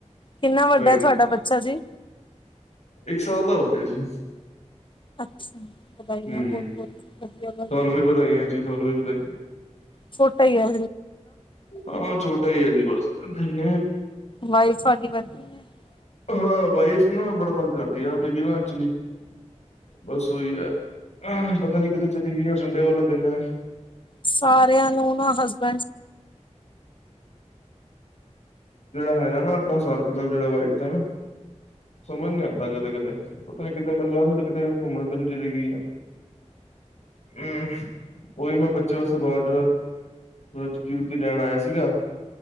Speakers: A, on the left; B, on the left.
A: ਕਿੰਨਾ ਵੱਡਾ
B: ਵਾਹਿਗੁਰੂ
A: ਹੈ ਤੁਹਾਡਾ ਬੱਚਾ ਜੀ
B: ਇੱਕ ਸਾਲ ਦਾ ਹੋ ਗਿਆ ਜੀ।
A: ਅੱਛਾ ਵਧਾਈਆਂ
B: ਹੂੰ
A: ਬਹੁਤ ਬਹੁਤ ਵਧੀਆ ਗਲ
B: ਤੁਹਾਨੂੰ
A: ਏ
B: ਵੀ ਵਧਾਈਆਂ ਜੀ ਤੁਹਾਨੂੰ ਵੀ ਪ ਬਤਾਈਦਾ
A: ਛੋਟਾ ਹੀ ਆ
B: ਹਾਂ ਛੋਟਾ ਹੀ ਹੈ ਜ ਬਸਦੀ
A: ਵਾਈਫ ਸਾਡੀ ਵਰਕਿੰਗ ਹੈ
B: ਹਾਂ ਵਾਈਫ ਨਾ ਬੜਾ ਤੰਗ ਕਰਦੀ ਆ ਮੇਰੀ ਨਾ ਐਕਚੁਲੀ ਬਸ ਉਹੀ ਏ, ਪਤਾ ਨੀ ਕਿਤੇੇ ਚਲੀ ਗਈ ਸੰਡੇ ਵਾਲਾ ਦਿਨ ਏ।
A: ਸਾਰਿਆਂ ਨੂੰ ਨਾ ਹਸਬੈਂਡਸ
B: ਜਿਹੜਾ ਹੈਗਾ ਨਾ ਆਪਣਾ ਹਿਸਾਬ ਕਿਤਾਬ ਜਿਹੜਾ ਵਾਈਫ ਦਾ ਨਾ ਸਮਝ ਨੀ ਆਦਾ ਕਦੇ-ਕਦੇ ਪਤਾ ਨੀ ਕਿਤੇ ਮਿਲਨ ਲੱਗ ਸੀ ਕਿਤੇ ਘੁੰਮਣ ਫਿਰਨ ਚਲੀ ਗਈ ਆ। ਹਮ ਉਹੀ ਮੈਂ ਬੱਚਿਆਂ ਵਾਸਤੇ ਬਾਦ ਜਿਹੜਾ ਸਬਜ਼ੀ ਸੋਬਜ਼ੀ ਲੈਣ ਆਇਆ ਸੀਗਾ